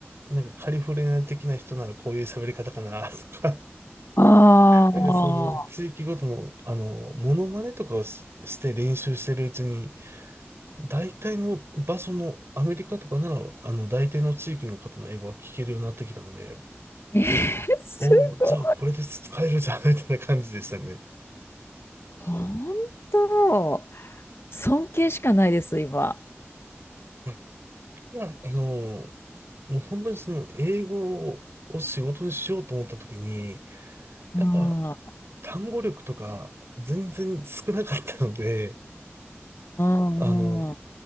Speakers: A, on the right; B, on the left.
A: なんかカリフォルニア的な人ならこういう喋り方かな <laughs> とか、
B: ああ。
A: なんかその地域ごとの、あの、モノマネとかをしして練習してるうちに、大体の場所のアメリカとかなら、あの、大体の地域の方の英語は聞けるようになってきたんで、
B: <laughs> えー、すごい。
A: おお、じゃあこれで使えるじゃん、みたいな感じでしたね。
B: 本当、尊敬しかないです、今。
A: まあただ、あの、もう本当にその英語を仕事にしようと思った時に、やっぱ
B: うん、うん、
A: 単語力とか全然少なかったので、
B: うん、
A: あの、
B: うん、